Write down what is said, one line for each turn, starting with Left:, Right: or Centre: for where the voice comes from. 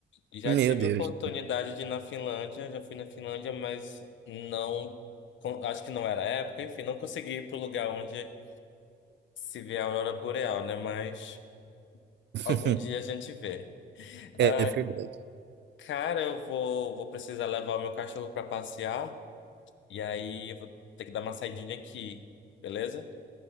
Left: Já
Right: Meu
Left: tive
Right: Deus.
Left: a oportunidade de ir na Finlândia, já fui na Finlândia, mas não. con- Acho que não era a época, enfim, não consegui ir pro lugar onde se vê a aurora boreal, né? Mas
Right: <laughs>
Left: algum dia a gente vê.
Right: É
Left: Ah,
Right: verdade.
Left: Cara, eu vou, vou precisar levar o meu cachorro pra passear. E aí eu vou ter que dar uma saidinha aqui, beleza?